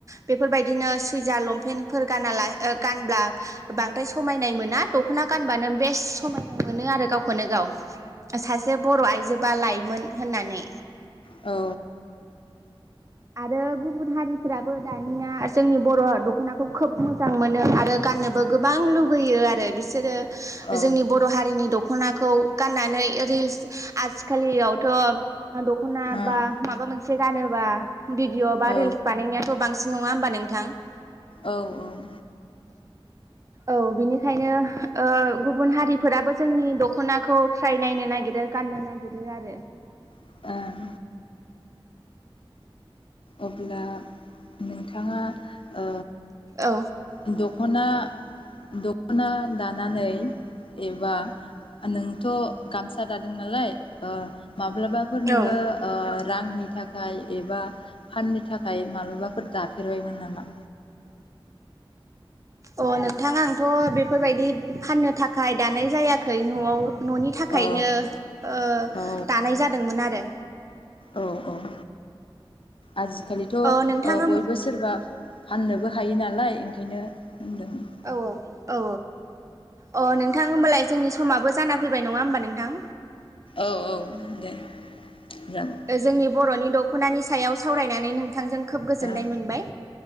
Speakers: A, on the right; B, on the left.
A: बे बेफोरबायदिनो सुइजार लंपेन्टफोर गाना गानब्ला बेफोरबादिनो सुइजार लमफेनफोर गानाला ओ गानब्ला बांद्राइ समायनाय मोना द'खना गानबानो बेस समायनाइ मोनो आरो गावखौनो गाव सासे बर' आइजोबा लाइमोन होननानै।
B: औ
A: आरो गुबुन हारिफ्राबो दानिया जोंनि बर' द'खनाखौ आरो गुबुन हारिफोराबो दानिया जोंनि बर' दखनाखौ खोब मोजां मोनो आरो गाननोबो गोबां लुगैयो आरो बिसोरो
B: औ
A: जोंनि बर' हारिनि दखनाखौ गाननानै रिल्स आजिखालियावथ' द'खना
B: ओं
A: बा माबा मोनसे गानोबा भिडिअ' बा
B: औ
A: रिल्स बानायनायाथ' बांसिन नङा होमबा नोंथां?
B: औ औ।
A: औ बिनिखायनो ओ गुबुन हारिफोराबो जोंनि द'खनाखौ ट्राय नायनो नागिरो गाननो नागिरो आरो
B: ओं अब्ला नोंथाङा ओ
A: औ
B: द' द'खना द'खना दानानै एबा नोंथ' गामसा दादों नालाय ओ माब्लाबाफोर नोङो
A: औ
B: ओ रांनि थाखाय एबा फाननो थाखाय माबलाबाफोर दाफेरबायमोन नामा?
A: अ' नोंथां आंथ' बेफोरबायदि फाननो थाखाय दानाय जायाखै न'आव न'नि थाखायनो
B: औ
A: ओ
B: औ
A: दानाय जादोंमोन आरो दे
B: औ औ आजिखालिथ' ओ
A: औ नोंथां औ
B: बयबो सोरबा फाननोबो हायो नालाय ओंखायनो होनदों
A: औ औ औ औ अ नोंथां होमबालाय जोंनि समाबो जाना फैबाय नङा होमबा नोंथां?
B: औ औ दे। जागोन
A: ओ जोंनि बर'नि द'खनानि सायाव सावरायनानै नोंथांजों खोब गोजोननाय
B: ओं
A: मोनबाय